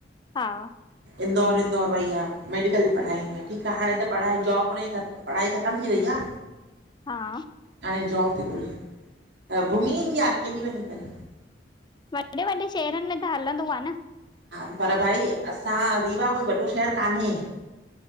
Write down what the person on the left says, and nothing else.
हा
हा
वॾे वॾे शहरनि में त हलंदो आ न